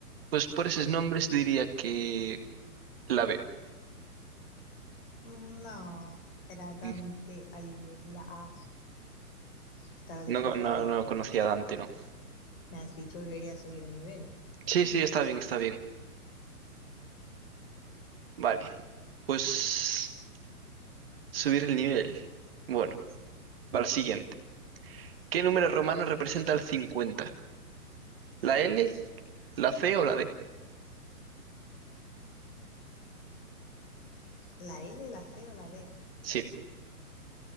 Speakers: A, on the right; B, on the left.
A: pues por esos nombres diría que la B.
B: Mm, No, era Dante
A: Mm,
B: Alighieri, la A. Estaba difícil
A: No, no,
B: que,
A: no
B: que
A: conocía
B: ver.
A: a Dante, ¿no?
B: Me has dicho que quería subir el nivel.
A: Sí, sí, está bien, está bien. Vale. Pues subir el nivel. Bueno. Para el siguiente. ¿Qué número romano representa el 50? ¿La L, la C o la D?
B: ¿La L, la C o la D?
A: Sí,